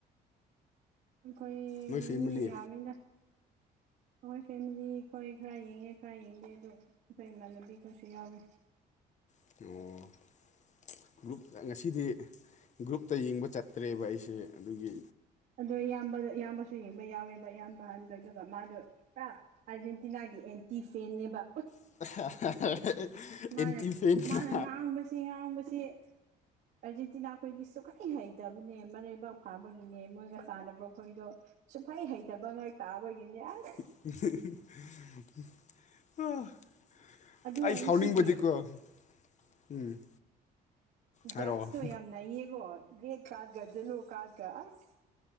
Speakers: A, on the right; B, on the left.
A: ꯑꯩꯈꯣꯏ
B: ꯅꯣꯏ ꯐꯦꯃꯤꯂꯤ
A: ꯃꯤ ꯌꯥꯝꯃꯤꯗ ꯑꯩꯈꯣꯏꯁꯦ ꯃꯤ ꯑꯩꯈꯣꯏ ꯈꯔ ꯌꯦꯡꯉꯦ ꯈꯔ ꯌꯦꯡꯗꯦ ꯑꯗꯨ ꯑꯩꯈꯣꯏ ꯏꯃꯥꯟꯅꯕꯤ ꯈꯔꯁꯨ ꯌꯥꯎꯋꯦ
B: <unintelligible> ꯒ꯭ꯔꯨꯞꯇ ꯉꯁꯤꯗꯤ ꯒ꯭ꯔꯨꯞꯇ ꯌꯦꯡꯕ ꯆꯠꯇ꯭ꯔꯦꯕ ꯑꯩꯁꯦ ꯑꯗꯨꯒꯤ
A: ꯑꯗꯨ ꯏꯌꯥꯝꯕ ꯏꯌꯥꯝꯕꯁꯨ ꯌꯦꯡꯕ ꯌꯥꯎꯋꯦꯕ ꯏꯌꯥꯝꯕ ꯑꯍꯟꯗ ꯑꯗꯨꯒ ꯃꯥꯗꯣ ꯄꯨꯔꯥ ꯑꯥꯔꯖꯦꯟꯇꯤꯅꯥꯒꯤ ꯑꯦꯟꯇꯤ ꯐꯦꯟꯅꯦꯕ
B: <unintelligible>
A: ꯃꯅꯥ
B: ꯑꯦꯟꯇꯤ ꯐꯦꯟꯅ
A: ꯃꯅꯥ ꯉꯥꯡꯕꯁꯤ ꯉꯥꯡꯕꯁꯤ ꯑꯥꯔꯖꯦꯟꯇꯤꯅꯥꯈꯣꯏꯗꯤ ꯁꯨꯛꯍꯩ ꯍꯩꯇꯕꯅꯦ ꯃꯔꯩꯕꯥꯛ ꯐꯥꯕꯒꯨꯅꯦ ꯃꯣꯏꯒ ꯁꯥꯟꯅꯕ ꯈꯣꯏꯗꯣ ꯁꯨꯡꯍꯩ ꯍꯩꯇꯕ ꯉꯥꯛ ꯇꯥꯕꯒꯤꯅꯤ ꯑꯁ
B: <unintelligible>
A: ꯑꯗꯨꯒ ꯉꯁꯤꯒꯤ
B: ꯕꯤꯡꯕꯗꯤꯀꯣ ꯎꯝ ꯍꯥꯏꯔꯛꯑꯣ
A: ꯖꯥꯠꯁꯇꯣ ꯌꯥꯝ ꯅꯩꯌꯦꯀꯣ ꯔꯦꯠ ꯀꯔꯥꯠꯀ ꯖꯦꯂꯣ ꯀꯔꯥꯠꯀ ꯑꯁ